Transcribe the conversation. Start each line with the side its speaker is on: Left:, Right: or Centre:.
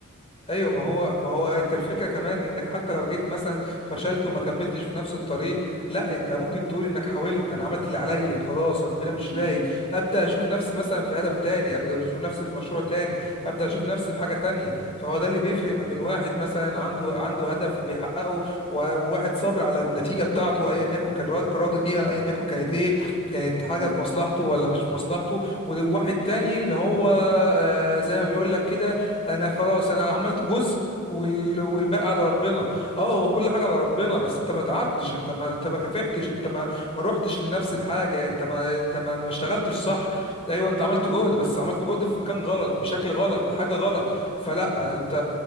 Left: ايوه ما هو ما هو انت الفكره كمان انك حتى لو جيت مثلا فشلت وما كملتش في نفس الطريق لا انت ممكن تقول انك حاولت انا عملت اللي عليا خلاص ربنا مش
Right: مم.
Left: رايد ابدا اشوف نفسي مثلا في هدف تاني ابدا اشوف نفسي في مشروع تاني ابدا اشوف نفسي في حاجه تانية فهو ده اللي بيفرق ما بين واحد مثلا عنده عنده هدف وبيحققه و- وواحد صابر على النتيجه بتاعته ايا يكن كان را- راضي بيها ايا يكن كانت ايه كانت حاجه
Right: مم.
Left: في مصلحته ولا مش في مصلحته وواحد تاني اللي هو آه، زي ما بيقول لك كده انا خلاص انا عملت جزء وال... والباقي على ربنا اه هو كل حاجه على ربنا بس انت ما تعبتش
Right: مم.
Left: انت ما انت ما كافحتش انت ما ما روحتش لنفس الحاجه انت ما انت ما ما اشتغلتش صح ايوه انت عملت جهد بس عملت جهد في مكان غلط بشكل غلط بحاجه غلط فلا انت